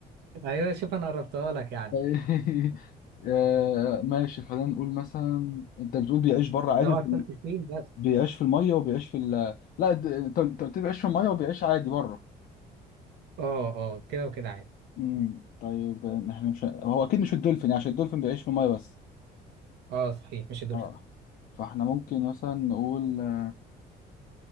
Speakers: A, on the right; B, on the left.
A: ايوه شوف انا قربتها لك يعني
B: <laughs> آه ماشي خلينا نقول مثلا انت بتقول بيعيش بره عادي
A: اوعى
B: وفي...
A: تكون تخين بس
B: بيعيش في المية وبيعيش في ال... لا د- انت أنت قلت لي بيعيش في المية وبيعيش عادي بره
A: اه اه كده وكده عادي
B: امم طيب آه، احنا مش هو اكيد مش الدولفين يعني عشان الدولفين بيعيش في المية بس
A: اه صحيح مش الدولفين
B: اه فاحنا ممكن مثلا نقول آه،